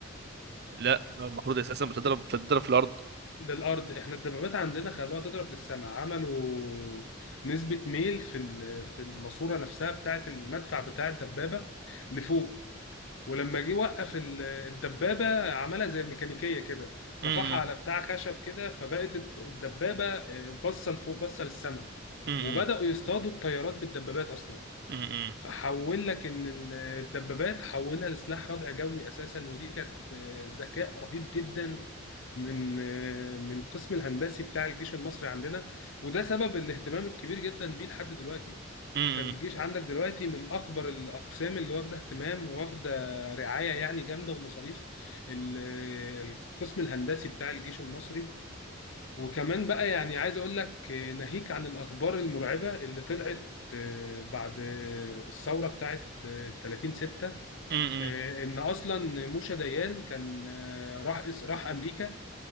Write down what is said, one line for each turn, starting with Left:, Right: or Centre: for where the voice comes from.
Right: لا المفروض اساسا بتضرب بتضرب في الارض
Left: للأرض احنا الدبابات عندنا خلوها تضرب للسماء عملوا نسبة ميل في ال- في الماسورة نفسها بتاعة المدفع بتاع الدبابة لفوق ولما جه وقف ال- الدبابة عملها زي الميكانيكية كده
Right: م-م.
Left: رفعها على بتاع خشب كده فبقت الدبابة آه، باصة لفوق باصة للسماء
Right: م-م.
Left: وبدأوا يصطادوا الطيارات بالدبابات أصلا
Right: م-م.
Left: فحول لك ان ال- الدبابات حولها لسلاح ردع جوي اساسا ودي كانت آه، ذكاء رهيب جدا من آه، من القسم الهندسي بتاع الجيش المصري عندنا وده سبب الاهتمام الكبير جدا بيه لحد دلوقتي
Right: م-م.
Left: انت الجيش عندك دلوقتي من اكبر الاقسام اللي واخده اهتمام واخده رعايه يعني جامده ومصاريف ال- آه، القسم الهندسي بتاع الجيش المصري وكمان بقى يعني عايز اقول لك آه، ناهيك عن الاخبار المرعبه اللي طلعت آه، بعد آه، الثوره بتاعت آه، 30 6
Right: م-م.
Left: آه، ان اصلا موشا ديان كان آه، راح راح امريكا